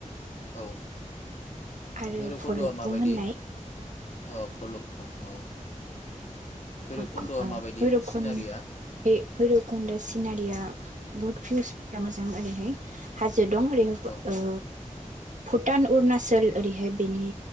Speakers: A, on the left; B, on the right.
A: औ।
B: आरो
A: भैरबकुन्द'आ
B: भलुकबुं
A: माबायदि
B: होननाय
A: ओब भलुकखं औ। भैरबकुन्द'आ
B: भुट क अ
A: माबायदि
B: भैरबखुन्द
A: सिनारिया
B: भै भैरबखुन्द सि सिनारिया भुट भिउसफोरा मोजां ओरैहाय हा जो दं ओरैहोबो
A: औ
B: ओ भुटान, अरुणाचल ओरैहाय बेनि